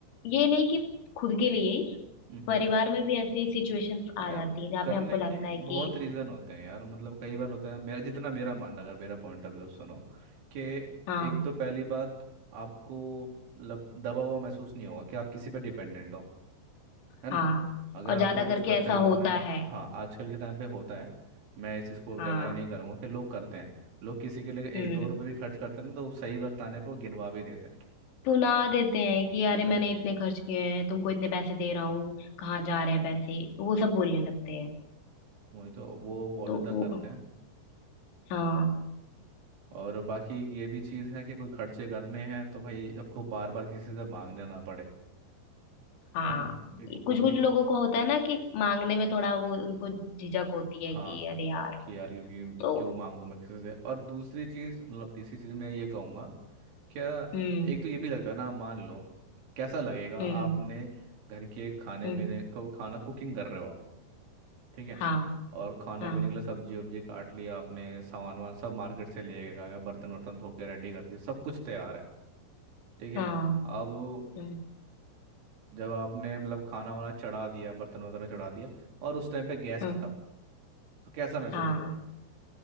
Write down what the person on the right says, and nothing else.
हम्म
हम्म।
यार
करने
के
बहुत
रीज़न होते हैं यार मतलब कई बार होते हैं मेरा जितना मेरा मानना अगर मेरा पॉइंट ऑफ व्यू सुनो कि
एक तो पहली बात आपको मतलब दबा हुआ महसूस नहीं होगा कि आप किसी पर डिपेंडेंट हो है ना
अगर
आपको
कुछ
खर्चा
करना
है
हाँ आजकल के टाइम पे होता है मैं इस चीज़ को
डिनाई नहीं करूंगा कि लोग करते हैं लोग किसी के लिए
एक दो रुपये भी खर्च करते हैं ना तो सही वक्त आने पर वो गिनवा भी देते हैं
वही
तो
वही तो वो बहुत
ज़्यादा
करते हैं
और बाकी ये भी चीज़ है कि कोई खर्चे करने हैं तो भाई आपको बार बार किसी से मांगने ना पड़े
है ना एक वो
भी
चीज़
है
हाँ
कि यार क्योंकि
क्यों मांगू मैं किसी से और दूसरी चीज़ मतलब तीसरी चीज़ मैं ये कहूँगा क्या
एक तो ये भी लगता है ना मान लो कैसा लगेगा
आपने घर के खाने
पीने को खाना कुकिंग कर रहे हो आप ठीक है
और खाने
पीने के लिए सब्जी वब्जी काट लिया आपने सामान वामान सब मार्केट से ले आ गए बर्तन वर्तन धो के रेडी कर दिए सब कुछ तैयार है ठीक है
अब
जब आपने मतलब खाना वाना चढ़ा दिया बर्तन वर्तन चढ़ा दिया और उस टाइम पे गैस
खत्म तो कैसा महसूस
होगा